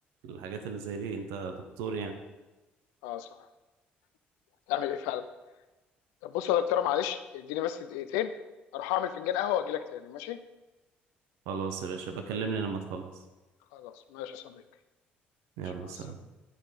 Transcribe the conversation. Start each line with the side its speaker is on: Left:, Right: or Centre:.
Right: الحاجات اللي زي دي انت دكتور يعني
Left: اه صح هتعمل ايه فعلا طب بص يا دكتوره معلش اديني بس دقيقتين اروح اعمل فنجان قهوه واجي لك تاني ماشي
Right: خلاص يا باشا بكلمني لما تخلص
Left: خلاص ماشي يا صديقي
Right: يلا
Left: ماشي، مع
Right: سلام
Left: السلامه